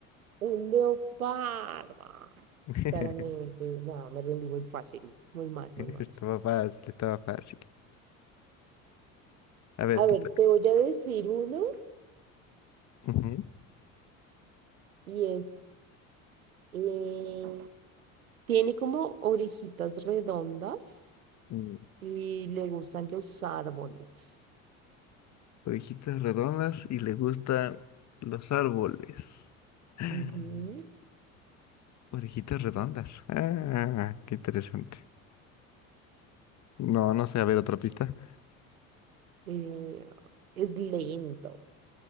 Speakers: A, on the right; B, on the left.
A: Un leopardo.
B: <laughs>
A: Claramente, no, me rendí muy fácil. Muy mal, muy mal.
B: Estaba fácil, estaba fácil. A ver,
A: A
B: te
A: ver,
B: toca.
A: te voy a decir uno
B: Ujú.
A: y es, eh, tiene como orejitas redondas
B: Mm.
A: y le gustan los árboles.
B: Orejitas redondas y le gustan los árboles. <gasps>
A: Ujú.
B: Orejitas redondas. Ah, qué interesante. No, no sé, a ver otra pista.
A: Eh, es lento.